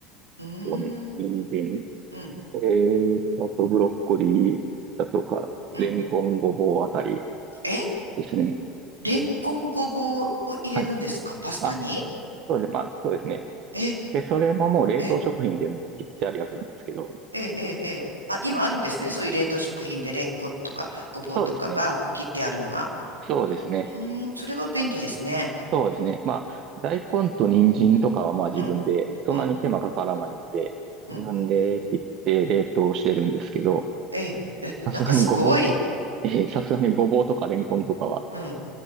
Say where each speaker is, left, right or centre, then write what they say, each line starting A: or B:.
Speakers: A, on the right; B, on the right.
A: うーん。
B: こう人参、
A: うん。
B: ええ、あとブロッコリーだとか、
A: うん。
B: レンコン、ごぼうあたり
A: え
B: ですね。
A: レンコンごぼうを入れるんですかパスタに
B: はい。あ、そうですね。まあ、そうですね。
A: え、
B: で、それももう冷凍食品でも切ってあるやつなんですけど、
A: え、え、え、え、あ、今あるんですね。そういう冷凍食品でレンコンとかごぼうとかが切ってあるのが。
B: そうですね。そうですね。
A: うーん、それは便利ですね。
B: そうですね。まあ、大根と人参とかはまあ自分で、
A: うん、
B: そんなに手間かからないんで、
A: うん、うん。
B: 自分で切って冷凍してるんですけど、
A: ええ、え、
B: さすがにごぼう、
A: なんかすごい。
B: <laughs> えーさすがにごぼうとかレンコンとかは、
A: うん。